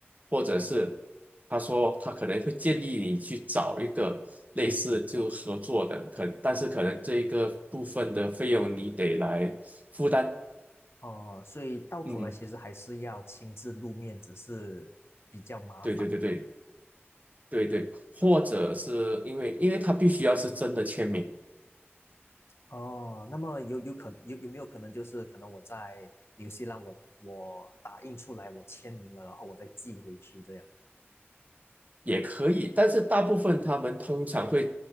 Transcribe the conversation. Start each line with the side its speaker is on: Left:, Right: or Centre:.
Right: 或者是他说他可能会建议你去找一个类似就合作的，可但是可能这一个部分的费用你得来负担。
Left: 哦，所以到头来其实还是要亲自露面，
Right: 嗯，
Left: 只是比较麻烦。
Right: 对对对对对对，或者是因为因为他必须要是真的签名。
Left: 哦，那么有有可有有没有可能就是可能我在纽西兰我我打印出来我签名了，然后我再寄回去这样？
Right: 也可以，但是大部分他们通常会